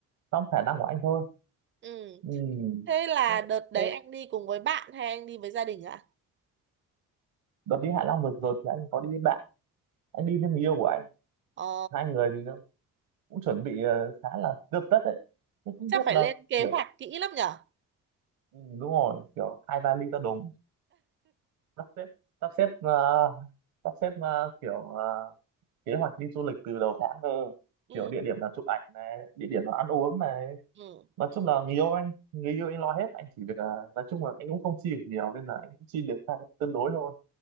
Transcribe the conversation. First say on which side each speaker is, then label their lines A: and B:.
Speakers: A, on the right (about 85°); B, on the right (about 35°).
A: trong khả năng của anh thôi
B: ừ
A: ừ.
B: thế là
A: thế,
B: đợt đấy
A: thế
B: anh đi cùng với bạn hay anh đi với gia đình ạ
A: đợt đi Hạ Long vừa rồi thì anh có đi với bạn anh đi với người yêu của anh
B: ờ
A: hai người thì nó cũng chuẩn bị ờ, khá là tươm tất đấy nhưng không
B: chắc
A: biết
B: phải
A: là
B: lên kế
A: kiểu
B: hoạch kỹ lắm nhở
A: ừ, đúng rồi kiểu hai vali to đùng sắp xếp sắp xếp ờ, sắp xếp ờ, kiểu ờ, kế hoạch đi du lịch từ đầu tháng cơ
B: ừ
A: kiểu địa điểm là chụp ảnh này địa điểm là ăn uống này
B: ừ
A: nói chung là người yêu anh người yêu anh lo hết anh chỉ được ờ, nói chung là anh cũng không chi được nhiều nên là anh cũng chi được ra tương đối thôi